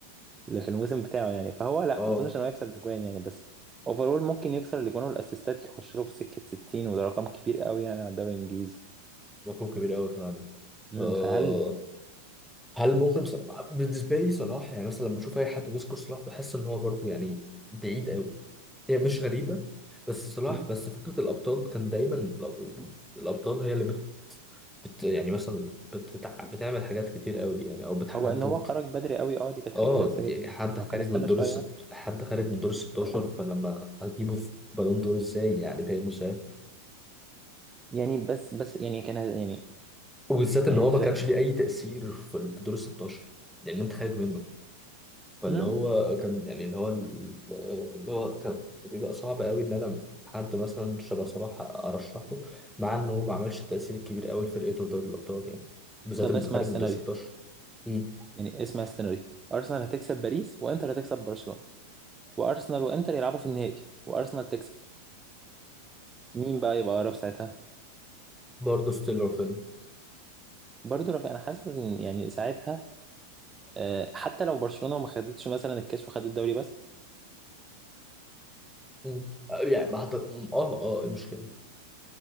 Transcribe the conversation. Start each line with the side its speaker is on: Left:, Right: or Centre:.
Right: اللي في الموسم بتاعه يعني فهو لا
Centre: اه
Right: ما اظنش ان هو يكسر الاجوان يعني بس اوفرول ممكن يكسر الاجوان والاسيستات يخش له في سكه 60 وده رقم كبير قوي يعني على الدوري الانجليزي
Centre: مفهوم كبير قوي فعلا
Right: مم،
Centre: آه
Right: فهل
Centre: هل ممكن صلاح بالنسبه لي صلاح يعني مثلا لما بشوف اي حد بيذكر صلاح بحس ان هو برضو يعني بعيد قوي هي مش غريبه بس صلاح
Right: مم،
Centre: بس فكره الابطال كان دايما الأ- الابطال هي اللي بت بت- يعني مثلا بت بتع- بتعمل حاجات كتير قوي يعني او بتحدد
Right: هو ان هو خرج بدري قوي اه دي كانت
Centre: اه
Right: حاجه غلسه
Centre: يعني
Right: جدا
Centre: حد
Right: لو
Centre: خارج
Right: كان استنى
Centre: من دور
Right: شويه
Centre: الست حد خارج من دور ال 16 فلما هجيبه في بالون دور ازاي يعني فاهم ازاي
Right: يعني بس بس يعني كان هز- يعني
Centre: وبالذات
Right: يعني
Centre: ان هو
Right: انت
Centre: ما
Right: فاهم
Centre: كانش ليه اي تأثير في في دور ال 16 لان انت خارج منه فاللي
Right: مم،
Centre: هو كان يعني اللي هو ال- اللي هو كان بيبقى صعب قوي ان انا حد مثلا شبه صلاح ارشحه مع انه هو ما عملش تأثير كبير قوي لفرقته في دوري الابطال يعني بالذات
Right: طب
Centre: انه
Right: اسمع
Centre: خارج
Right: السيناريو
Centre: من دور 16 امم
Right: يعني اسمع السيناريو ارسنال هتكسب باريس وانتر هتكسب برشلونه وارسنال وانتر يلعبوا في النهائي وارسنال تكسب مين بقى يبقى اقرب ساعتها
Centre: برضه ستيل رافينيا
Right: برضه رافع انا حاسس ان يعني ساعتها آه، حتى لو برشلونه ما خدتش مثلا الكاس وخد الدوري بس
Centre: مم. يعني ما حط... اه اه إيه المشكله